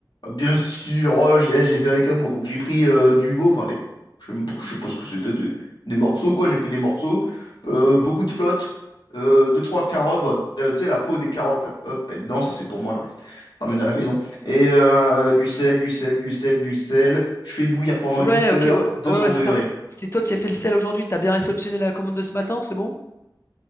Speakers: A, on the left; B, on the left.
A: Bien sûr, oh, je, eh, je l'ai fait avec amour. Donc j'ai pris euh, du veau, enfin des, je sais même pas je sais pas ce que c'était, des, des morceaux quoi. J'ai pris des morceaux, euh, beaucoup de flotte, euh, deux trois carottes, bah, euh, tu sais la peau des carottes là, hop, mets dedans, ça c'est pour moi le reste. T'emmènes à la maison. Et euh, euh, du sel, du sel, du sel, du sel. Je fais bouillir pendant
B: Ouais,
A: 8
B: ok,
A: heures,
B: ouais,
A: deux
B: ouais,
A: cents
B: ouais,
A: degrés.
B: c'est ça. C'est toi qui as fait le sel aujourd'hui, t'as bien réceptionné la commande de ce matin, c'est bon?